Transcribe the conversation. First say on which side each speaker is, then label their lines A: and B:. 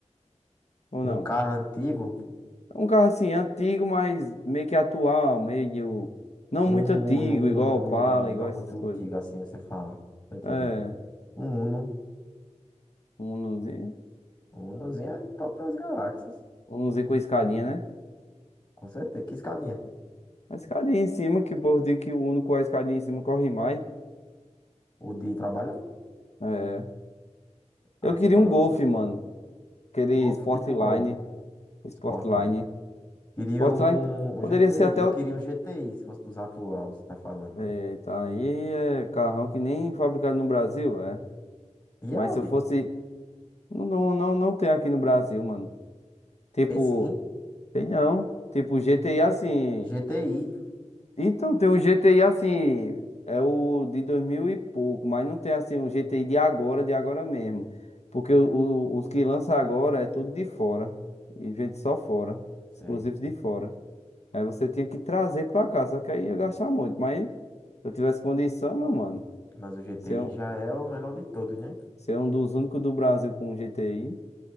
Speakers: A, on the left; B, on the left.
A: ou
B: um
A: não?
B: carro antigo,
A: Um carro assim, antigo, mas meio que atual, meio. Não
B: um
A: muito antigo,
B: Uno, um
A: igual
B: Uno,
A: o Opala,
B: um Uno,
A: igual
B: não
A: essas
B: muito
A: coisas.
B: antigo assim, você fala. Tô entendendo.
A: É,
B: Um Uno.
A: um Unozinho.
B: Um Unozinho é top das galáxias.
A: Um Unozinho com escadinha, né?
B: Com certeza. Que escadinha.
A: A escadinha em cima, que o povo diz que o Uno com a escadinha em cima corre mais.
B: O de trabalho?
A: É.
B: Ah,
A: Eu
B: essa
A: queria
B: palavra.
A: um Golf, mano. Aquele
B: Golf
A: Sportline.
B: tipo como?
A: Sportline.
B: Sportline. Queria
A: Sportline
B: um, um
A: poderia
B: GTI.
A: ser até.
B: Eu
A: o-
B: queria um GTI, se fosse dos atual, você tá falando,
A: Eita,
B: né?
A: aí é carrão que nem fabricado no Brasil, é.
B: E
A: Mas
B: Audi?
A: se eu fosse. Não, não, não não tem aqui no Brasil, mano. Tipo,
B: Tem sim.
A: tem não. Tipo, GTI assim.
B: GTI.
A: Então, tem um GTI assim. É o de 2000 e pouco, mas não tem assim um GTI de agora, de agora mesmo. Porque o- o- os que lança agora é tudo de fora. E gente só fora.
B: Sei.
A: Exclusivo de fora. Aí você tinha que trazer pra cá, só que aí ia gastar muito. Mas se eu tivesse condição, meu mano,
B: Mas o GTI
A: ser um,
B: já é o melhor de todos, né?
A: ser um dos únicos do Brasil com GTI.